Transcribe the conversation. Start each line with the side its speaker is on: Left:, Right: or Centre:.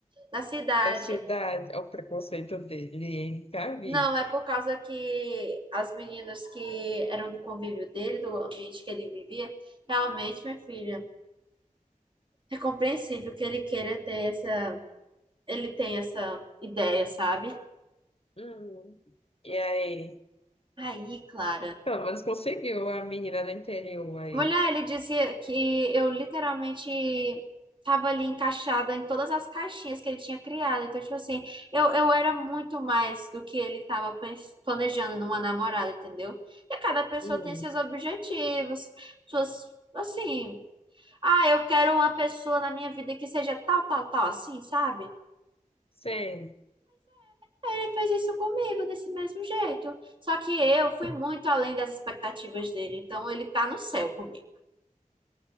Right: da cidade.
Left: Da cidade, ao preconceito dele, hein? Já vi.
Right: Não, é por causa que as meninas que eram do convívio dele, do ambiente que ele vivia, realmente, minha filha, é compreensível que ele queira ter essa, ele tem essa ideia, sabe?
Left: Hum. E aí,
Right: Aí, Clara.
Left: pelo menos conseguiu a menina do interior aí.
Right: Mulher, ele dizia que eu literalmente tava ali encaixada em todas as caixinhas que ele tinha criado. Então, tipo assim, eu, eu era muito mais do que ele tava pens- planejando numa namorada, entendeu? E cada pessoa
Left: Hum,
Right: tem seus objetivos, suas, assim. Ah, eu quero uma pessoa na minha vida que seja tal, tal, tal, assim, sabe?
Left: sei.
Right: Ele fez isso comigo desse mesmo jeito. Só que eu fui muito além das expectativas dele, então ele tá no céu comigo.